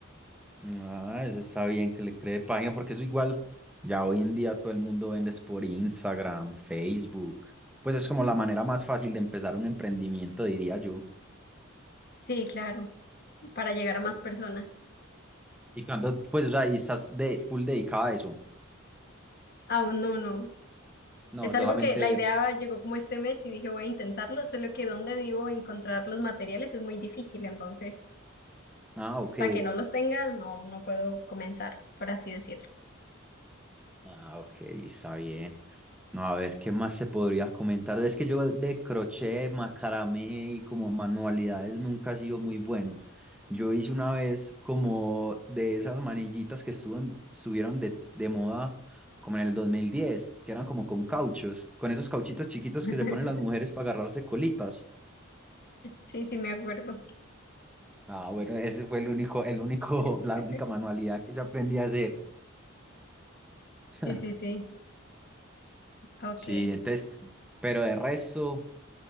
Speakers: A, in the centre; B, on the left.
A: Ah, eso está bien que le cree página, porque eso igual, ya hoy en día todo el mundo vende es por Instagram, Facebook. Pues es como la manera más fácil de empezar un emprendimiento, diría yo.
B: Sí, claro, para llegar a más
A: Y,
B: personas.
A: y cuando, pues, o sea, y estás de, full dedicada a eso.
B: Aún no, no.
A: No,
B: Es
A: solamente,
B: algo que la idea llegó como este mes y dije voy a intentarlo, solo que donde vivo encontrar los materiales es muy difícil, entonces
A: ah, ok.
B: hasta que no los tenga no, no puedo comenzar, por así decirlo.
A: Ah, ok, está bien. No, a ver, ¿qué más se podría comentar? Es que yo de crochet, macramé y como manualidades nunca he sido muy bueno. Yo hice una vez como de esas manillitas que estuvieron, estuvieron de, de moda como en el 2010 que eran como con cauchos, con esos cauchitos chiquitos
B: <laughs>
A: que se ponen las mujeres para agarrarse colitas.
B: Sí, sí, me acuerdo.
A: Ah, bueno, ese fue el único, el único,
B: <laughs>
A: <laughs> la única manualidad que yo aprendí a hacer. <laughs>
B: Sí, sí, sí. Ok.
A: Sí, entonces, pero de resto.